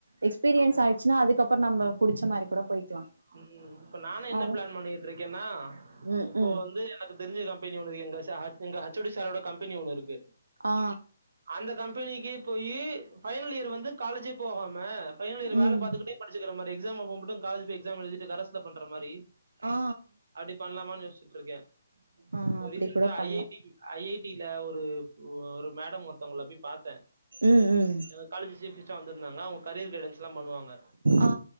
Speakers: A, on the right; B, on the right.
A: எக்ஸ்பீரியன்ஸ்
B: ஆமா
A: ஆயிச்சின்னா அதுக்கப்றோ நம்ம புடிச்ச மாரி கூட போய்க்கலா
B: ம் இப்ப நானு என்ன
A: அது
B: பிளான் பண்ணிட்ருக்கேன்னா
A: ம்
B: இப்போ
A: ம்
B: வந்து எனக்கு தெரிஞ்ச கம்பெனி ஒன்னு எங்க சா எங்க ஹச் ஓ டி சாரோட கம்பெனி ஒன்னு இருக்கு
A: ஆ
B: அந்த கம்பெனிக்கு போயி ஃபைனல் இயர் வந்து காலேஜே போகாம ஃபைனல் இயர்
A: ம்
B: வேல பாத்துகிட்டே படிச்சிக்கிற மாரி எக்ஸாம் அப்ப மட்டு காலேஜ் போயி எக்ஸாம் எழுதிட்டு கரஸ்ல பண்ற மாரி
A: ஆ
B: அப்டி பண்ணலாமான்னு யோசிச்சீட்டு இருக்கே
A: ஆ
B: இப்போ
A: அப்டி
B: ரீசண்டா
A: கூட பண்லா
B: ஐ ஐ டி ஐ ஐ டி லா ஒரு ஒரு மேடம் ஒருத்தவங்கள போய் பாத்தே
A: ம் ம்
B: எங்க காலேஜ் சீப் கெஸ்ட்டா வந்திருந்தாங்க அவுங்க கரியர் கைடன்ஸ்ல்லா பண்ணுவாங்க
A: ஆ